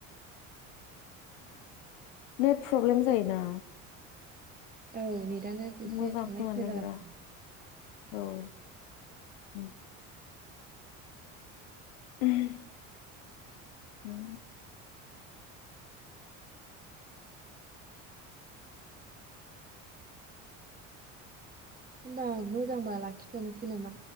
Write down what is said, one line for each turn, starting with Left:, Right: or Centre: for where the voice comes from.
Left: नेट प्रब्लेम जायोना
Right: औ नेट तआनो एसे
Left: मोजां
Right: थांलाय
Left: खोनानो
Right: फैलाय
Left: नागिरा
Right: जागासिनो ।
Left: औ उम <inaudible>
Right: होमबा मोजांबा लाखिथनोसै नामा?